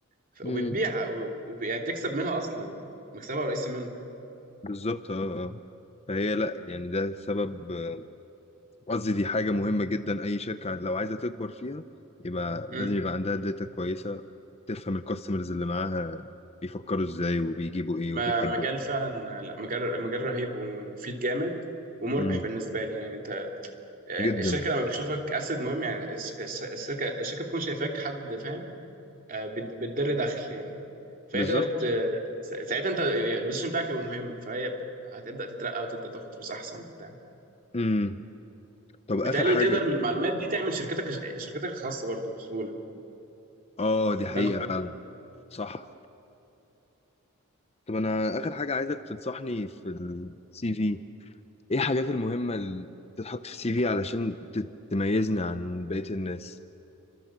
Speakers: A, on the right; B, on the left.
A: ف...
B: امم
A: وبتبيعها و... وب... يعني بتكسب منها اصلا يعني مكسبها رئيسي منها
B: بالظبط اه آه. فهي لا يعني ده سبب آه، قصدي دي حاجة مهمة جدا أي شركة لو عايزة تكبر فيها يبقى لازم
A: امم
B: يبقى عندها داتا كويسة تفهم الكاستمرز اللي معاها بيفكروا ازاي وبيجيبوا ايه وبيحبوا
A: ما مجال فعلا لا مجال مجال رهيب ومفيد جامد ومربح
B: امم
A: بالنسبه لي يعني انت يعني
B: جدا
A: الشركه لما بتشوفك اسد مهم يعني الش- الش- الشركه الشركه بتكون شايفاك حد فاهم آه، بت- بتدر دخل يعني فهي
B: بالظبط
A: تقدر ت- سا- ساعتها انت البوزيشن بتاعك يبقى مهم فهي هتبدا تترقى وتبدا تاخد فلوس احسن وبتاع
B: امم طب
A: وبالتالي
B: آخر حاجة
A: تقدر من المعلومات دي تعمل شركتك شركتك الخاصه برضو بسهوله
B: اه دي
A: تبان
B: حقيقة فعلا صح طب أنا آخر حاجة عايزك تنصحني في السي في ايه الحاجات المهمة اللي تتحط في السي في علشان تت- تميزني عن بقية الناس